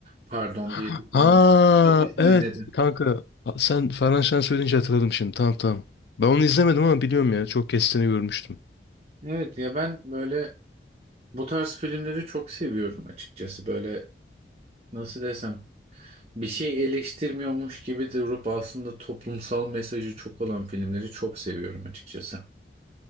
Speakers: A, on the right; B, on the left.
A: Pardon
B: Ha
A: diye bir film. Tabii izledim.
B: evet kanka. Sen Ferhan Şen söyleyince hatırladım şimdi. Tamam tamam. Ben onu izlemedim ama biliyorum ya. Çok kestiğini görmüştüm.
A: Evet ya ben böyle bu tarz filmleri çok seviyorum açıkçası. Böyle nasıl desem bir şey eleştirmiyormuş gibi durup aslında toplumsal mesajı çok olan filmleri çok seviyorum açıkçası.